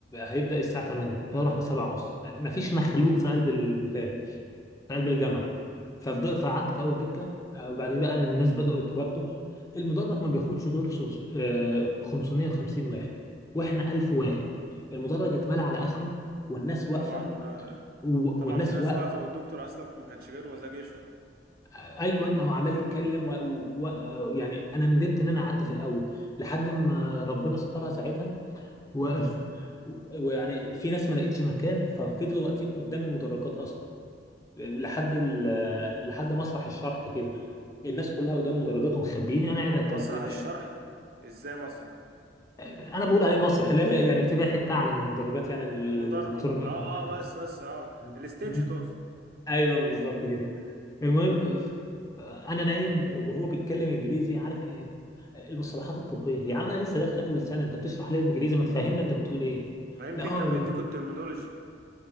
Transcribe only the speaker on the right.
طبعا آه،
طبعا
في ناس
واقفة والدكتور أصلا ما كانش جايله مزاج يشرح
م-
مسرح الشرح
إزاي مسرح
مدر
آه
آه
بس بس آه
الستيج
تقصد
مم.
ما يمكن
كان بيديكوا الترمينولوجي